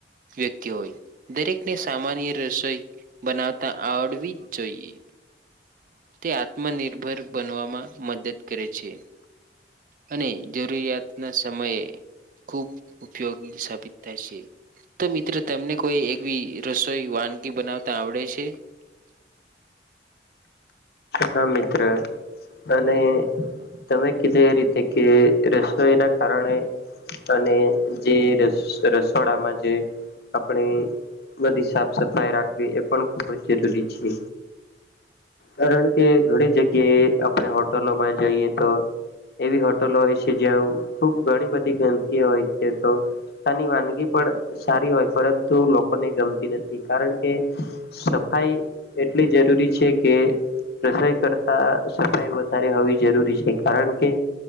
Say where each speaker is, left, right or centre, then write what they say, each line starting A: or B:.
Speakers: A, on the right (about 50°); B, on the left (about 60°).
A: વ્યક્તિ હોય દરેકને સામાન્ય રસોઈ બનાવતા આવડવી જ જોઈએ તે આત્મનિર્ભર બનવામાં મદદ કરે છે અને જરૂરિયાતના સમયે ખૂબ ઉપયોગી સાબિત થાય છે તો મિત્રો તમને કોઈ એવી રસોઈ વાનગી બનાવતા આવડે છે <unintelligible>
B: હા મિત્ર અને તમે કીધે એ રીતે કે રસોઈના કારણે અને જે રસ રસોડામાં જે આપણે બધી સાફ સફાઈ રાખવી એ પણ ખૂબ જ જરૂરી છે કારણ કે ઘણી જગ્યાએ આપણે હોટલોમાં જઈએ તો એવી હોટલો હોય છે જે ખુબ ઘણી બધી ગંદકી હોય છે તો ની વાનગી પણ સારી હોય પરંતુ લોકોને ગમતી નથી કારણ કે ભાઈ એટલી જરૂરી છે કે રસોઈ કરતા સફાઈ વધારે હોવી જરૂરી છે કારણ કે